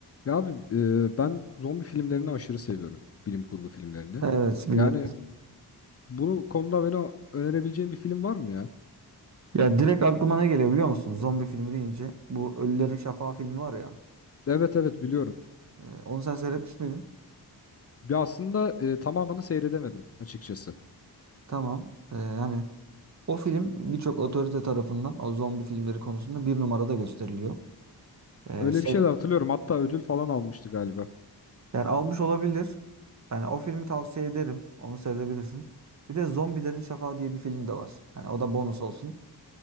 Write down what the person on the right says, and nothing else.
Evet biliyorum.
Ya direkt aklıma ne geliyor biliyor musun? Zombi filmi deyince. Bu Ölülerin Şafağı filmi var ya.
Ee, onu sen seyretmiş miydin?
Tamam. Ee, yani o film birçok otorite tarafından o zombi filmleri konusunda bir numarada gösteriliyor. Ee,
sev
yani almış olabilir. Yani o filmi tavsiye ederim. Onu seyredebilirsin. Bir de Zombilerin Şafağı diye bir film de var. Hani o da bonus olsun.